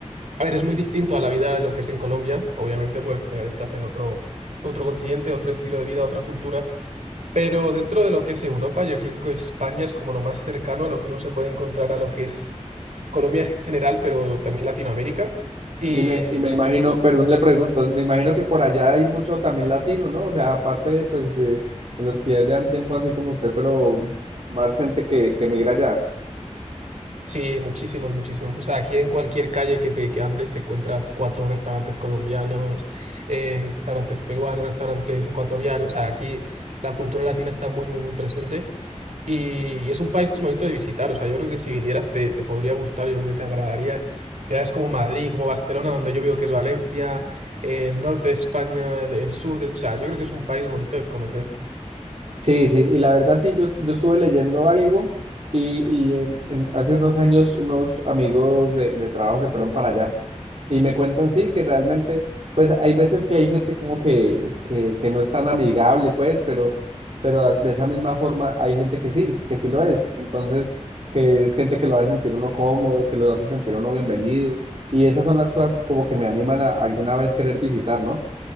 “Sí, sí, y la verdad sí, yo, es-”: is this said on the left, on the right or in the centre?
Right